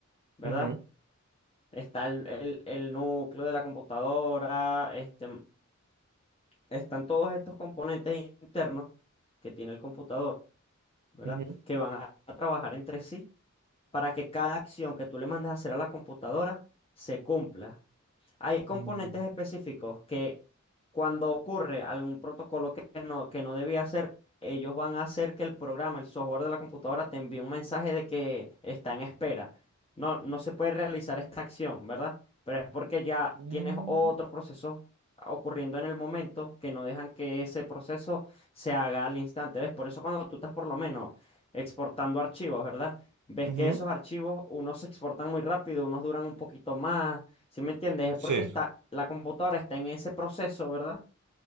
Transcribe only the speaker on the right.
ujú,
ujú.
Mm.
Mm,
Ujú,
Sí,